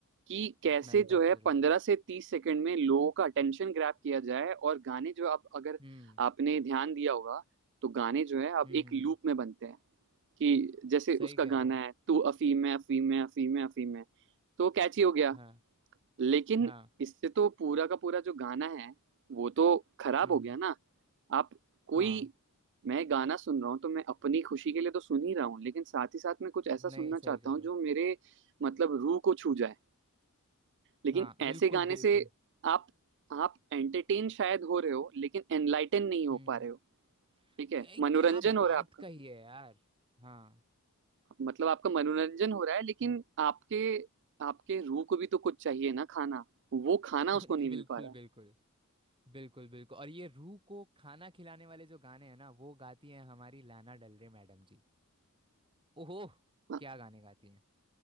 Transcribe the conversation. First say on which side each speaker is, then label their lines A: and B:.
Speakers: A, on the right; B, on the right.
A: कि कैसे
B: मैन्युफैक्चर
A: जो है
B: हो
A: पंद्रह
B: रहा है
A: से तीस सेकंड में लोगों का अटेंशन ग्रैब किया जाए और गाने जो अब अगर
B: हम्म
A: आपने ध्यान दिया होगा तो गाने जो है अब
B: हम्म
A: एक
B: हम्म,
A: लूप में बनते हैं कि जैसे
B: सही
A: उसका
B: कह रहे
A: गाना
B: हो
A: है तू अफीम है अफीम है अफीम है अफीम है तो कैची हो गया
B: हाँ
A: लेकिन
B: हाँ
A: इससे तो पूरा का पूरा जो गाना है वो तो खराब
B: हम्म
A: हो गया
B: हम्म,
A: ना आप कोई
B: हाँ
A: मैं गाना सुन रहा हूँ तो मैं अपनी खुशी के लिए तो सुन ही रहा हूँ लेकिन साथ ही साथ मैं कुछ ऐसा सुनना
B: नहीं सही
A: चाहता
B: कह
A: हूँ
B: रहे
A: जो
B: हो
A: मेरे मतलब रूह को छू जाए लेकिन
B: हाँ बिल्कुल
A: ऐसे गाने
B: बिल्कुल
A: से आप आप एंटरटेन शायद हो रहे हो लेकिन एनलाइटन नहीं हो
B: हम्म
A: पा रहे हो ठीक है
B: क्या
A: मनोरंजन
B: क्या
A: हो
B: बात
A: रहा है आपका
B: कही है यार हाँ
A: मतलब आपका मनोरंजन हो रहा है लेकिन आपके आपके रूह को भी तो कुछ चाहिए ना खाना वो खाना
B: <laughs>
A: उसको नहीं
B: बिल्कुल
A: मिल पा
B: बिल्कुल बिल्कुल बिल्कुल और ये रूह को खाना खिलाने वाले जो गाने हैं ना वो गाती हैं हमारी लाना डल रे मैडम जी ओहो
A: रहा
B: क्या गाने गाती हैं